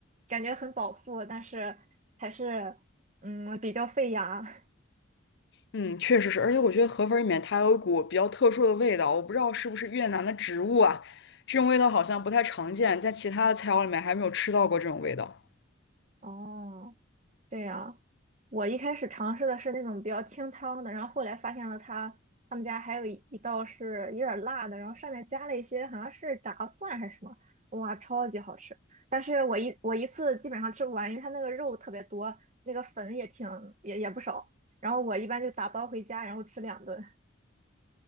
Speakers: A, on the right (about 35°); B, on the left (about 60°).
A: 感觉很饱腹，但是还是嗯比较费牙。
B: 嗯，确实是，而且我觉得河粉儿里面它有一股比较特殊的味道，我不知道是不是越南的植物啊，这种味道好像不太常见，在其他的菜肴里面还没有吃到过这种味道。
A: 哦，这样，我一开始尝试的是那种比较清汤的，然后后来发现了他他们家还有一一道是有点儿辣的，然后上面加了一些好像是炸蒜还是什么，哇，超级好吃！但是我一我一次基本上吃不完，因为它那个肉特别多，那个粉也挺也也不少，然后我一般就打包回家，然后吃两顿。